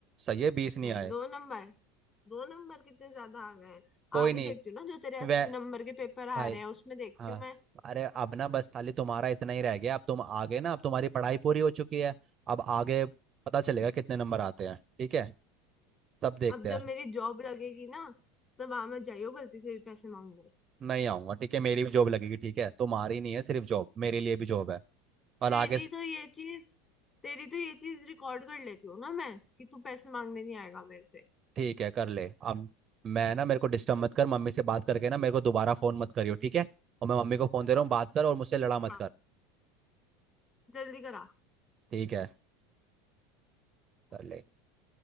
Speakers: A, on the right; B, on the left.
A: सही है बीस नहीं
B: हाँ,
A: आए
B: दो नंबर दो नंबर कितने ज्यादा आ गए हैं।
A: कोई
B: आगे
A: नहीं
B: देखती हूँ ना जो तेरे अस्सी
A: वे
B: नंबर के पेपर आ
A: भाई
B: रहे हैं उसमें देखती
A: हाँ
B: हूँ मैं
A: अरे अब ना बस खाली तुम्हारा इतना ही रह गया अब तुम आ गए ना अब तुम्हारी पढ़ाई पूरी हो चुकी है अब आगे पता चलेगा कितने नंबर आते हैं ठीक है सब देखते
B: अब जब
A: हैं
B: मेरी जॉब लगेगी ना तब आ मत जाइयो गलती से भी पैसे मांगने
A: नहीं आऊंगा ठीक है मेरी भी जॉब लगेगी ठीक है तुम्हारी नहीं है सिर्फ जॉब मेरे लिए भी जॉब है और
B: तेरी
A: आगे
B: तो ये चीज तेरी तो ये चीज रिकॉर्ड कर लेती हूँ ना मैं कि तू पैसे मांगने नहीं आएगा मेरे से
A: ठीक है कर ले अब मैं ना मेरे को डिस्टर्ब मत कर मम्मी से बात करके ना मेरे को दोबारा फोन मत करियो ठीक है और मैं मम्मी को फोन दे रहा हूँ बात कर और मुझसे लड़ा मत
B: हाँ
A: कर
B: जल्दी करा
A: ठीक है कर
B: ओके
A: ले